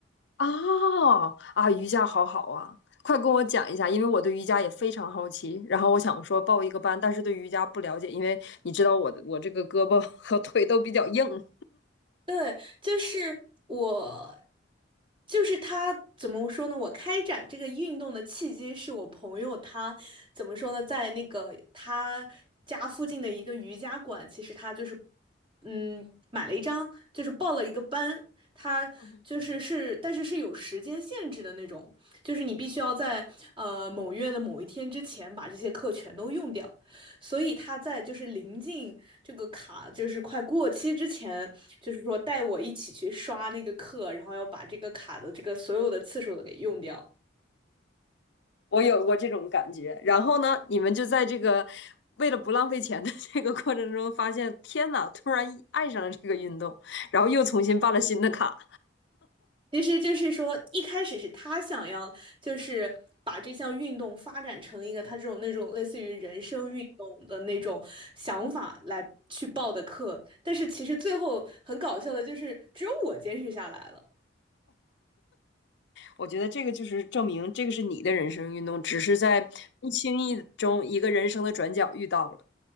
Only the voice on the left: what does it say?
哦，啊，瑜伽好好啊，快跟我讲一下，因为我对瑜伽也非常好奇。然后我想说报一个班，但是对瑜伽不了解，因为你知道我的我这个胳膊 <laughs> 和腿都比较硬，
<laughs>
我有过这种感觉。然后呢，你们就在这个为了不浪费钱的 <laughs> 这个过程中，发现天呐，突然爱上了这个运动，然后又重新办了新的卡。
我觉得这个就是证明这个是你的人生运动，只是在不经意中一个人生的转角遇到了。